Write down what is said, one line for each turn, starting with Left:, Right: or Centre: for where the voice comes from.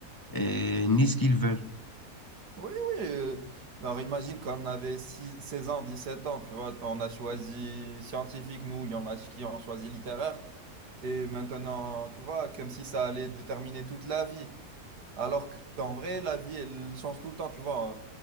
Left: et ni ce qu'ils veulent.
Right: Oui, oui. euh, Alors imagine quand on avait six- 16 ans, sept ans, tu vois, on a choisi scientifique, nous, il y en a qui ont choisi littéraire. Et maintenant, tu vois, comme si ça allait déterminer toute la vie. Alors qu'en vrai, la vie, elle change tout le temps, tu vois. euh,